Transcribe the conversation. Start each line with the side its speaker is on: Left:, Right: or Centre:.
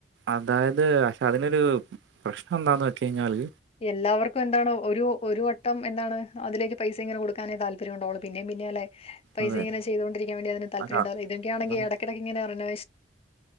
Right: അതായത് പക്ഷെ അതിനൊരു പ്രശ്നം എന്താന്ന് വെച്ച കഴിഞ്ഞാല്
Left: എല്ലാവർക്കും എന്താണ് ഒരു ഒരു വട്ടം എന്താണ് അതിലേക്ക് പൈസ ഇങ്ങനെ കൊടുക്കാനേ താല്പര്യ ഉണ്ടാവുള്ള പിന്നേ പിന്നെ അല്ലേ പൈസ
Right: അതെ
Left: ഇങ്ങനെ ചെയ്തൊണ്ടിരിക്കാൻ വേണ്ടി അതിൽ താല്പര്യം
Right: അതാ
Left: ഉണ്ടും ഇതൊക്കെയണെങ്ക
Right: അതാണ്.
Left: ഇടക്ക് ഇടക്ക് ഇങ്ങനെ പറഞ്ഞ